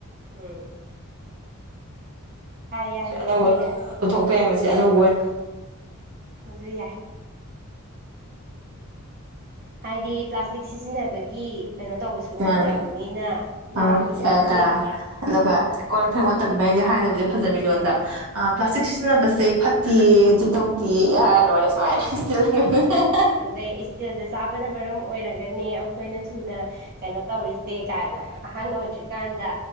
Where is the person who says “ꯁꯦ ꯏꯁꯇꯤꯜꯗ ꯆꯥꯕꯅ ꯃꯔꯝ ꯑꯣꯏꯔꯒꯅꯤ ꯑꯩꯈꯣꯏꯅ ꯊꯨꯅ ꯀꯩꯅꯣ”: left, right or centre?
Right